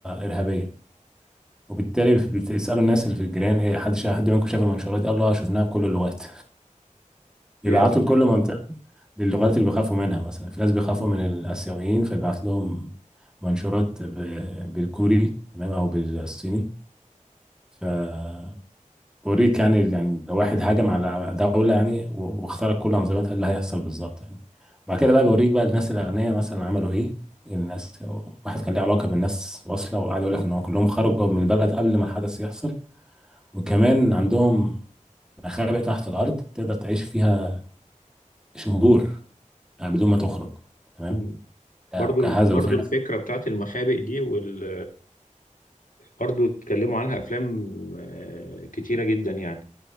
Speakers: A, in the centre; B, on the left.
A: ارهابيه وبالتالي بيسالوا الناس اللي في الجيران ايه حد شا... حد منكم شاف المنشورات دي قال له اه شفناها بكل اللغات بيبعتوا
B: يا
A: لكل منطقه للغات اللي بيخافوا منها مثلا في ناس بيخافوا
B: مم.
A: من الاسيويين فبيبعت لهم منشورات ب... بالكوري تمام او بالصيني ف بوريك يعني يعني لو واحد هاجم على دولة يعني و- واخترق كل أنظمتها إيه اللي هيحصل بالظبط يعني وبعد كده بقى بوريك بقى الناس الأغنياء مثلا عملوا إيه الناس واحد كان ليه علاقة بالناس واصلة وقعد يقول لك إن هو كلهم خرجوا من البلد قبل ما الحدث يحصل وكمان عندهم مخابئ تحت الأرض تقدر تعيش فيها شهور يعني بدون ما تخرج تمام
B: مم.
A: آه،
B: برضو
A: مجهزة
B: برضو
A: وفيها
B: الفكرة بتاعت المخابئ دي وال برضو اتكلموا عنها أفلام آه، كتيرة جدا يعني